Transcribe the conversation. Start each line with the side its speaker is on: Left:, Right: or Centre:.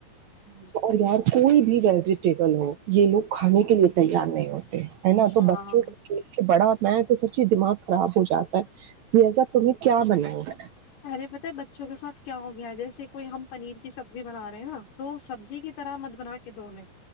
Left: ہوں،
Right: اورار کوئی بھی رہے ویٹیبل ہو یہ لوگ کھانے کے لیے تیار نہیں ہوتے ہے نا
Left: ہاں
Right: تو بچوں کو کھیل کے بڑا میں تو سچی دماغ خراب ہو جاتا ہے کہ ایسا تمہیں کیا بنا ہو ہے
Left: ارے پتہ ہے بچوں کے ساتھ کیا ہو گیا ہے، جیسے کوئی ہم پنیر کی سبزی بنا رہے ہیں نا تو سبزی کی طرح مت بنا کے د میں